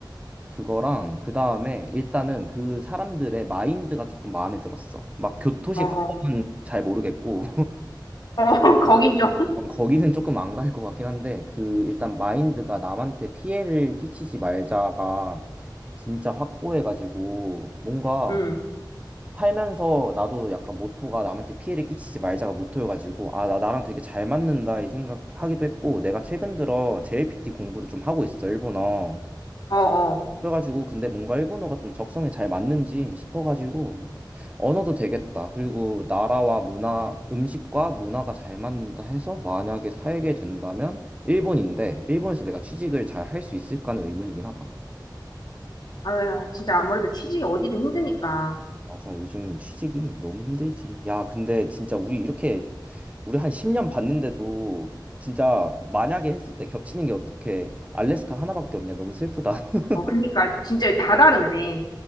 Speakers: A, on the right; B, on the left.
A: 그거랑 그 다음에 일단은 그 사람들의 마인드가 조금 마음에 들었어. 막 교토식
B: 어, 어,
A: 화법은
B: 어,
A: 잘 모르겠고
B: <laughs> 거긴 좀,
A: <laughs> 거기는 조금 안 갈 것 같긴 한데 그 일단 마인드가 남한테 피해를 끼치지 말자가 진짜 확고해가지고 뭔가
B: 음,
A: 살면서 나도 약간 모토가 남한테 피해를 끼치지 말자가 모토여가지고 아 나 나랑 되게 잘 맞는다 이 생각하기도 했고 내가 최근 들어 JLPT 공부를 좀 하고 있어 일본어.
B: 어, 어.
A: 그래가지고 근데 뭔가 일본어가 좀 적성에 잘 맞는지 싶어가지고 언어도 되겠다. 그리고 나라와 문화, 음식과 문화가 잘 맞는다 해서 만약에 살게 된다면 일본인데 일본에서 내가 취직을 잘 할 수 있을까는 의문이긴 하다.
B: 아유, 진짜 아무래도 취직이 어디든 힘드니까.
A: 맞아, 요즘 취직이 너무 힘들지. 야, 근데 진짜 우리 이렇게 우리 한 10년 봤는데도 진짜 만약에 했을 때 겹치는 게 어떻게 알래스카 하나밖에 없냐. 너무 슬프다. <laughs>
B: 어, 그니까 진짜 다 다르네.